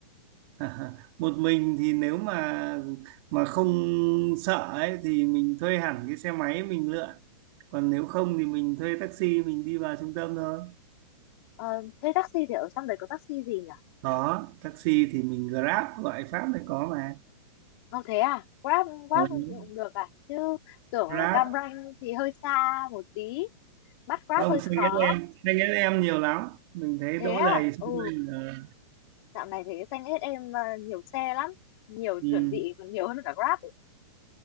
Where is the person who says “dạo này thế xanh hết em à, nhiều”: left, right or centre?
Left